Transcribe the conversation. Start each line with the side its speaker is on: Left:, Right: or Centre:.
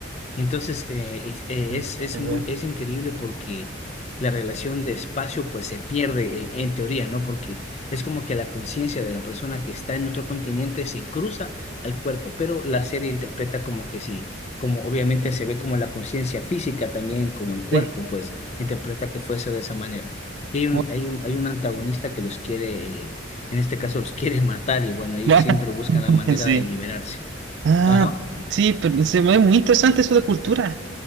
Left: Entonces, eh, es, eh,
Right: Mm,
Left: es, es
Right: Ya
Left: muy,
Right: veo.
Left: es increíble porque la relación de espacio pues se pierde en, en teoría, ¿no? Porque es como que la conciencia de la persona que está en otro continente se cruza al cuerpo, pero la serie interpreta como que sí, como obviamente se ve como la conciencia física también, como el cuerpo,
Right: Sí.
Left: pues interpreta que fuese de esa manera. Y hay un,
Right: Bu-
Left: hay un, hay un antagonista que los quiere, eh, en este caso los quiere matar y bueno, ellos
Right: <laughs>
Left: siempre buscan la manera
Right: Sí.
Left: de liberarse.
Right: Ah,
Left: Ajá.
Right: sí, pero se ve muy interesante eso de cultura.